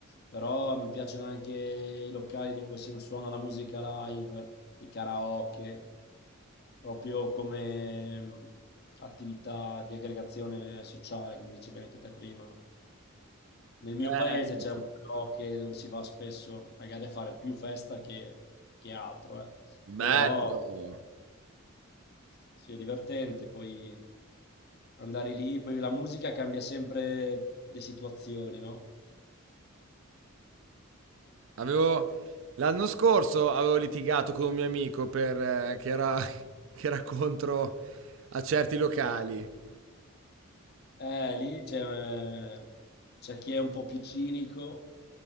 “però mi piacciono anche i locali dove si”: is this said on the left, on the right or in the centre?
Left